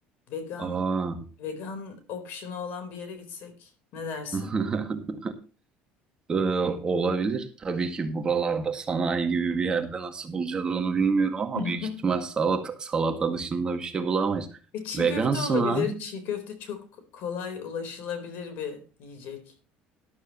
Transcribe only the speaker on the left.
Vegan
vegan option'ı olan bir yere gitsek ne dersin?
<laughs>
E, çiğ
köfte olabilir.
Çiğ köfte çok kolay ulaşılabilir bir yiyecek.